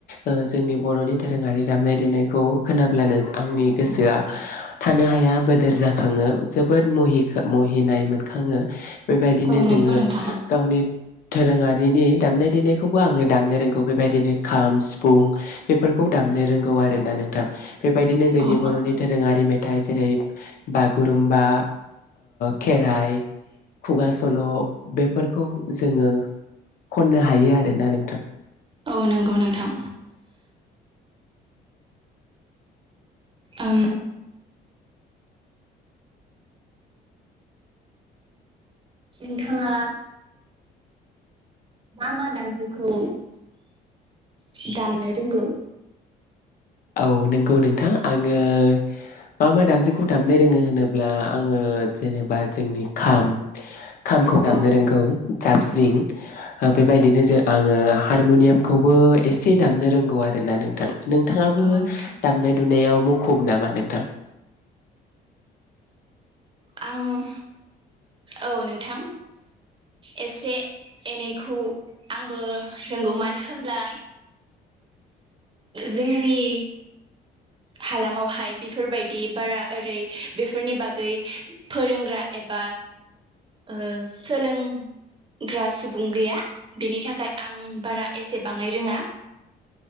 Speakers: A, on the left; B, on the right.
A: ओ जोंनि बरनि दोरोङारि दामनाय-देनायखौ खोनाब्लानो आंनि गोसोआ थानो हाया बोदोर जाखाङो जोबोद मुहि मुहिनाय मोनखाङो। बेबायदिनो
B: औ
A: जोङो
B: नंगौ नोंथां
A: गावनि दोरोङारिनि दामनाय देनायखौबो आङो दामनो रोंगौ बेबायदिनो खाम, सिफुं बेफोरखौ दामनो रोंगौ आर ना नोंथां। बेबायदिनो जोंनि
B: औ
A: बरनि दोरोङारि मेथाइ जेरै- बागुरुमबा, खेराइ खुगा सल, बेफोरखौ जोङो खननो हायो आरोना नोंथां।
B: औ नंगौ नोंथां। ओम नोंथाङा मा मा दामजुखौ दामनो रोंगौ?
A: औ नंगौ नोंथां आङो मा मा दामजुखौ दामनो रोङो होनोब्ला आङो जेनेबा जोंनि खाम, खामखौ दामनो
B: औ
A: रोंगौ, दाबस्रिं बेबायदिनो जों आङो हारमुनियामखौबो एसे दामनो रोंगौ आरोना नोंथां। नोंथां नोंथाङाबो
B: औ नोंथां
A: दामनाय-दुनायाव मुखुब नामा नोंथां?
B: आं औ नोंथां एसे एनैखौ आंबो रोंगौ, मानो होनब्ला जोंनि हालामावहाय बेफोरबायदि बारा ओरै बेफोरनि बागै फोरोंग्रा एबा ओ सोलोंग्रा सुबुं गैया बिनि थाखाय आं बारा एसेबाङै रोङा।